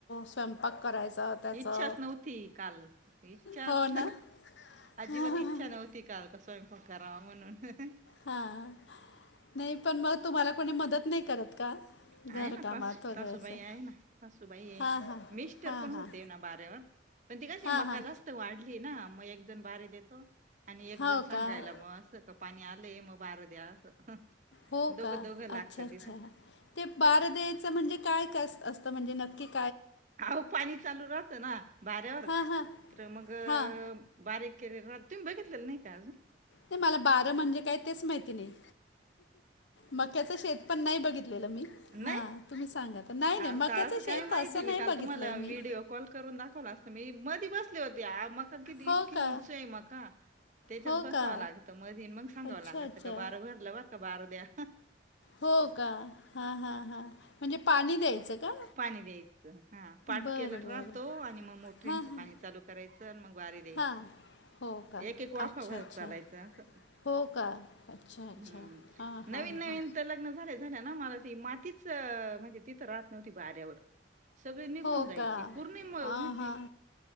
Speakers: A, on the left; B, on the right.
A: स्वयंपाक करायचा. त्याचं
B: इच्छाच नव्हती काल. इच्छाच
A: हो ना?
B: अजिबात
A: हां,
B: इच्छा नव्हती काल तर स्वयंपाक करावा म्हणून.
A: हां नाही पण मग तुम्हाला कोणी मदत नाही करत का? घरकामात
B: आहे ना सासू,
A: वगैरे
B: सासू
A: असं?
B: बाई आहे ना. सासूबाई आहे,
A: हां, हां.
B: मिस्टर
A: हां,
B: पण होते
A: हां.
B: ना बाऱ्यावर पण ती कशी
A: हां,
B: मका
A: हां.
B: जास वाढली ना मग एक जण बारी देतो आणि एक
A: हो
B: जण सांगायला
A: का?
B: बस का पाणी आलंय मग बार दया असं.
A: हो
B: दोघं
A: का,
B: दोघं लागतं
A: अच्छा, अच्छा.
B: तिथं.
A: ते बारं द्यायचं म्हणजे काय क असतं म्हणजे नक्कीच?
B: आहो पाणी चालू राहतं ना बाऱ्यावर
A: हां, हां.
B: तर मग
A: हां.
B: बारीक केले राहत, तुम्ही बघितलेलं नाही का अजून?
A: नाही मला बारं म्हणजे काय तेच माहिती नाही? मक्याच शेत पण नाही बघितलेलं मी
B: नाही?
A: हा तुम्ही सांगा. नाही, नाही
B: आता
A: मक्याचं
B: असं
A: शेत
B: काही माहिती?
A: असं
B: मी
A: नाही
B: काल
A: बघितलंय
B: तुम्हाला
A: मी.
B: व्हिडिओ कॉल करून दाखवला असता मी मधी बसले होती मग कारण की
A: हो
B: इतकी
A: का?
B: उंच आहे मका त्याच्यात
A: हो
B: बसावं
A: का?
B: लागत मधी मग सांगावं
A: अच्छा,
B: लागत
A: अच्छा.
B: का बारं भरलं बर का बारं द्या.
A: हो का, हा हां हां म्हणजे पाणी द्यायचं का?
B: पाणी द्यायचं हां पाठ
A: बरं,
B: केलं
A: बरं.
B: राहतो आणि मग मोटरींचं
A: हां, हां.
B: पाणी चालू करायचं आणि मग बारी द्यायची
A: हां. हो का?
B: एक, एक वाफा
A: अच्छा,
B: भरत
A: अच्छा.
B: चालायच असं.
A: हो का, अच्छा अच्छा,
B: हम्म.
A: हां हां
B: नवीन नवीन
A: हां.
B: तर लग्न झाल्या, झाल्या ना मला ती मातीच म्हणजे तिथं राहत नव्हती बाऱ्यावर. सगळी निघून
A: हो
B: जायची
A: का?
B: पूर्ण म्हणजी
A: हां, हां.